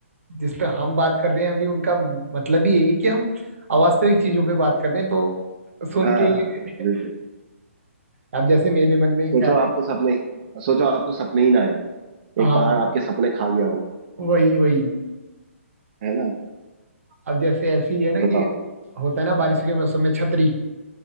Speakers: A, on the right (about 75°); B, on the right (about 45°).
A: जिस पे हम बात कर रहे हैं अभी उनका मतलब ही यही है कि हम अवास्तविक चीजों पे बात कर रहे हैं तो सुन
B: हाँ
A: के
B: बिल्कुल
A: <laughs> अब जैसे मेरे मन में
B: सोचो
A: ख्याल आया
B: आपको सपने सोचो आपको सपने ही ना आए
A: हाँ
B: एक पहाड़ आपके सपने खा गया हो
A: वही वही
B: है ना
A: अब जैसे ऐसे ही है ना
B: बताओ
A: कि होता है ना बारिश के मौसम में छतरी